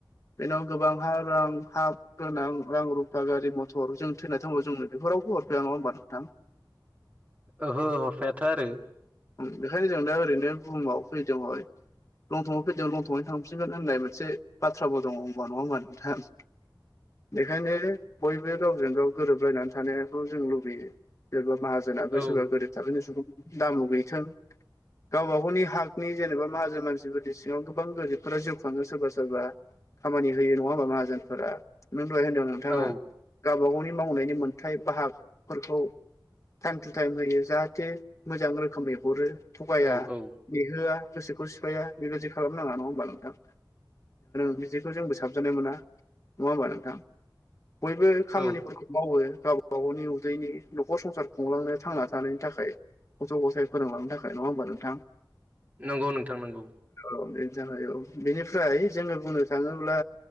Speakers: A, on the left; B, on the right.
A: बेनाव गोबां हा रां हा गोनां रां रुफा गारि मथर जों थैना थांबौ जोंनो बेफोरावबो हरफाया नङा होमबा नोंथां। <inaudible>
B: ओहो हरफायाथो आरो।
A: बेखायनो जों दा ओरैनो बुहुमाव फैदों लंथयै फैदों लंथयै थांफिनगोन होननाय मोनसे बाथ्राबो दङ होनबा नङा होमबा नोंथाङा बेखायनो बयबो गावजों गाव गोरोबलायनानै थानायाखौ जों लुबैयो सोरबा माहाजोनाब
B: औ
A: सोरबा गोरिब थाखाोनि सुबुं दाम' गैथों गावबा गावनि हागनि जेनेबा माहाजोन मानसिफोरनि सिङाव गोबां गोरिबफोरा जिउ खाङो सोरबा सोरबा खामानि होयो नङा होमबा माहाजोनफोरा नों दहाय होनदों नोंथाङा।
B: औ
A: गावबा गावनि मावनायनि मोनथाय बाहागफोरखौ टाइम टु टाइम होयो जाहाथे मोजां रोखोमै हरो थगाया
B: औ औ
A: बिहोआ गोसोखौ सिफाया बेबायदि खालामनाङा नङा होमबा नोंथां। बिदिखौ जोंबो साबजानाय मोना नङा होमबा नोंथां बयबो खामानिफोरखौ
B: औ
A: मावो गावबा गावनि उदैनि न'खर संसार खुंलांनो थांना थानायनि थाखाय गज' गसाइ फोरोंलांनो थाखाय नङा होमबा नोंथां।
B: नंगौ नोंथां नंगौ।
A: औ <unintelligible> औ बेनिफ्राय जोङो बुंनो थाङोब्ला